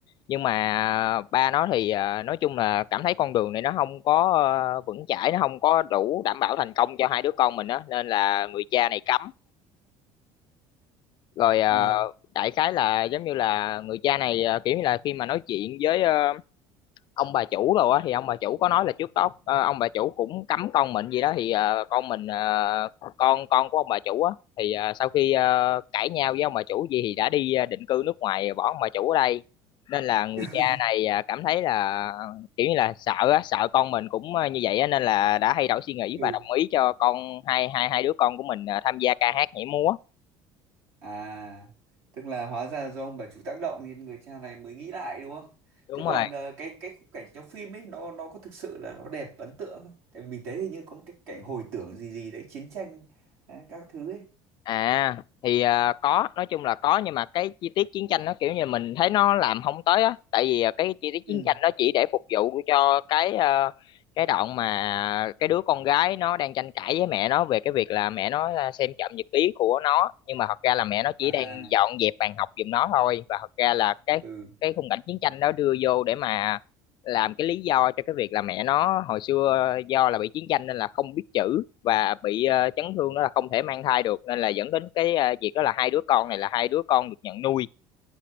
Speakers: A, on the left; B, on the right.
A: nhưng mà ba nó thì à, nói chung là cảm thấy con đường này nó không có ờ, vững chãi nó không có đủ đảm bảo thành công cho hai đứa con mình á nên là người cha này cấm rồi ờ,
B: ừ
A: đại khái là giống như là người cha này ờ, kiểu như là khi mà nói chuyện với ờ, ông bà chủ rồi á thì ông bà chủ có nói là trước đó ờ, ông bà chủ cũng cấm con mình gì đó thì ờ, con mình ờ, con con của ông bà chủ á thì ờ, sau khi ờ, cãi nhau với ông bà chủ gì thì đã đi ờ, định cư nước ngoài bỏ ông bà chủ ở đây nên là người
B: <laughs>
A: cha này ờ, cảm thấy là kiểu như là sợ á sợ con mình cũng ờ, như vậy á nên là đã thay đổi suy nghĩ
B: ừ
A: và đồng ý cho con hai hai hai đứa con của mình ờ, tham gia ca hát nhảy múa
B: à tức là hóa ra do ông bà chủ tác động nên người cha này mới nghĩ lại đúng không
A: đúng
B: thế còn
A: rồi
B: ờ, cái cái khung cảnh trong phim ấy nó nó có thực sự là nó đẹp ấn tượng không tại vì mình thấy hình như có một cái cảnh hồi tưởng gì gì đấy chiến tranh đấy, các thứ ấy
A: À thì à, có nói chung là có nhưng mà cái chi tiết chiến tranh nó kiểu như mình thấy nó làm không tới á tại vì à, cái chi tiết
B: ừ
A: chiến tranh nó chỉ để phục vụ cho cái ờ, cái đoạn mà cái đứa con gái nó đang tranh cãi với mẹ nó về cái việc là mẹ nó à, xem trộm nhật ký của nó nhưng mà thật ra là mẹ nó chỉ
B: à
A: đang dọn dẹp bàn học giùm nó thôi và thật ra là cái
B: ừ
A: cái khung cảnh chiến tranh đó đưa vô để mà làm cái lý do cho cái việc là mẹ nó hồi xưa do là bị chiến tranh nên là không biết chữ và bị ờ, chấn thương đó là không thể mang thai được nên là dẫn đến cái ờ, việc đó là hai đứa con này là hai đứa con được nhận nuôi